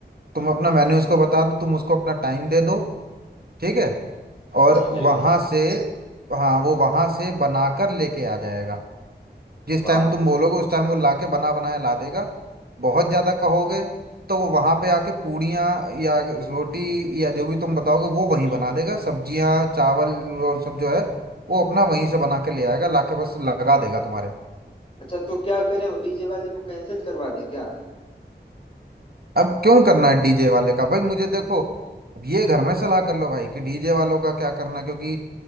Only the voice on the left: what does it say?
जी मेरे
भाई
वाह
हम्म
अच्छा तो क्या करें डीजे वाले को कैंसिल करवा दें क्या
हम्म।